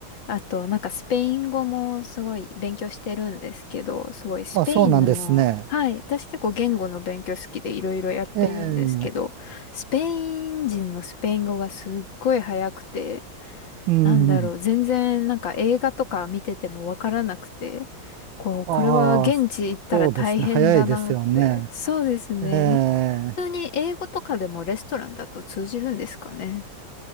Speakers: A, on the left (about 75°); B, on the right (about 80°).
A: あとなんかスペイン語もすごい勉強してるんですけど、すごいスペインの、
B: まあ、そうなんですね。
A: はい、私結構言語の勉強好きでいろいろやってるんですけど、
B: ええ、
A: スペイン人のスペイン語がすっごい早くて、
B: うん。
A: なんだろう、全然なんか映画とか見ててもわからなくて、こう、
B: ああ、
A: これは現地行ったら大変だなって。
B: そうですね。早いですよね。
A: そうですね。
B: ええ、
A: む普通に英語とかでもレストランだと通じるんですかね。